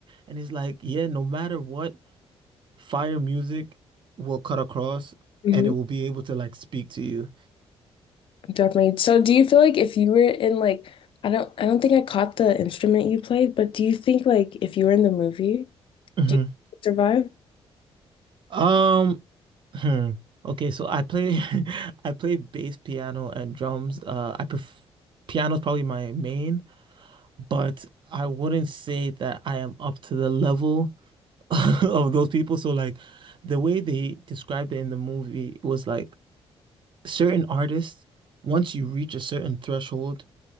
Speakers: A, on the right (about 50°); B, on the left (about 55°).
A: And it's like, yeah, no matter what, fire music will cut across
B: Mhm.
A: and it will be able to like speak to you.
B: Definitely. So do you feel like if you were in like I don't I don't think I caught the instrument you played, but do you think like if you were in the movie,
A: hmm
B: do you survive?
A: Um, hmm. Okay, so I play <laughs> I play bass, piano, and drums. Uh, I pref piano's probably my main, but I wouldn't say that I am up to the level. <laughs> of those people. So like the way they described it in the movie was like certain artists, once you reach a certain threshold,